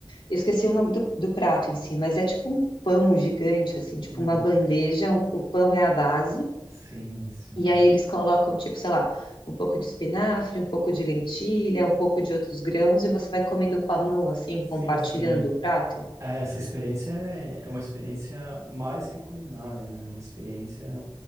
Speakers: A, on the left (about 75°); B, on the right (about 40°).
A: eu esqueci o nome do, do prato em si, mas é tipo um pão gigante, assim, tipo
B: Hum,
A: uma bandeja, o o pão é a base.
B: sim, sim.
A: E aí eles colocam, tipo, sei lá, um pouco de espinafre, um pouco de lentilha, um pouco de outros grãos, e você vai comendo com a mão, assim,
B: Sim,
A: compartilhando
B: sim.
A: o prato.
B: É, essa experiência é, é uma experiência mais que culinária, né? É uma experiência